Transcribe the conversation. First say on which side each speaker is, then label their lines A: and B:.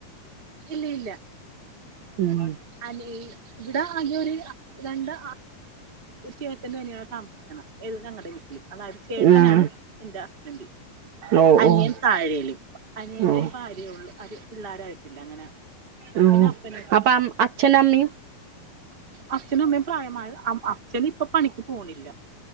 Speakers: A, on the right (about 25°); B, on the right (about 65°).
A: ഇല്ല ഇല്ല
B: ഉം
A: അല്ല ഇവിടെ ആകെ ഒരു രണ്ട് ചേട്ടൻ തനെയാണ് താമസിക്കണം ഏത് ഞങ്ങളടെ വീട്ടില് അതായത് ചേട്ടൻ
B: ആഹ്
A: നാണ് എന്റെ ഹസ്ബൻഡ്
B: ഓ
A: അനിയൻ
B: ഓ
A: താഴേയിലും അനിയന്റെ
B: ഓ
A: ഒരു ഭാര്യയ ഉള്ളൂ അത് പിള്ളാരായിട്ടില്ല അങ്ങനെ
B: ഉം
A: പിന്നെ അപ്പനും
B: അപ്പൊ അച്ഛനും അമ്മയും
A: അച്ഛനമ്മയും പ്രായമായ അച്ഛൻ ഇപ്പൊ പണിക്ക് പോണില്ല